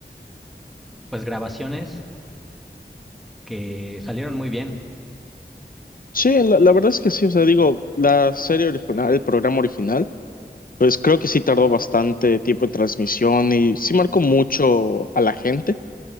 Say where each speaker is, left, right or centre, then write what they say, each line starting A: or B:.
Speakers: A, in the centre; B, on the left.
A: pues grabaciones que salieron muy bien.
B: Sí, la, la verdad es que sí, o sea, digo, la serie original, el programa original, pues creo que sí tardó bastante tiempo de transmisión y sí marcó mucho a la gente.